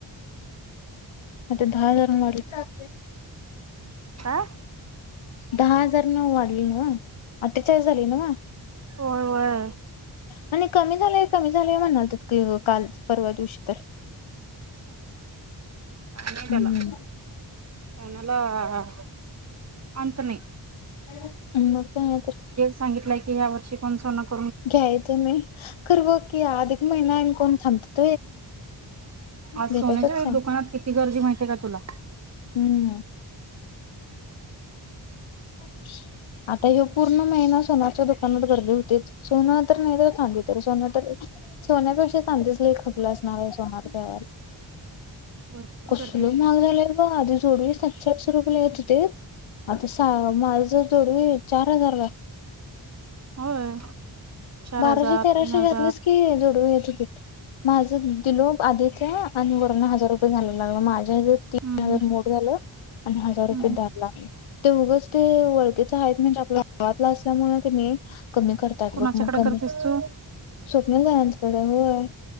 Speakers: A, on the left (about 80°); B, on the right (about 35°).
A: मग ते दहा हजार म्हानालीत
B: काय
A: दहा हजार न वाढले नव अठ्ठेचाळीस झालय नव
B: होय होय
A: आणि कमी झालेय कमी झालेय म्हणालतीत काल परवा दिवशी तर....
B: आणि निघाला.
A: हम्म
B: पावण्याला - अंंत नाही -
A: <unintelligible> हम्मं मस्त आहे खर...
B: सांगितलंय की या वर्षी कोन सोन घाल.
A: घ्यायचं नाही कर ब की अधिक महिना कोण थांबत?
B: आज
A: घेतातच.
B: सोन्याच्या दुकानात किती गर्दी माहिती आहे का तुला
A: हम्म <unintelligible> आता ह पूर्ण महिना सनाच.. गदी होतेच सोनं तर नाही तर चांदी तर सोनं तर सोन्या पेक्षा... खपलं असणार सोनार त्या
B: भरपूर
A: कसल
B: गर्दी होती
A: माग झाला ग आधी जोडवीस... सरूप येत होते आता माझं जोडवी चार हजार
B: होय चार
A: बाराशे
B: हजार
A: तेराशे
B: तीन हजार
A: घातलेस की जोडू येत माझ दिलो आधीच आणि वर हजार रुपये जायला लागल मा तीन
B: हम्म
A: हजार मोड झालं आणि हजार रुपये
B: हम्म
A: ला ते मगच ते वओळखेच आहेत म्हणजे आपल्या गावातला असल्यामुळे क कमी करतात
B: कुणाच्याकडे
A: लोक मग कमी
B: करतेस तू
A: स्वप्न का यांचकडे होय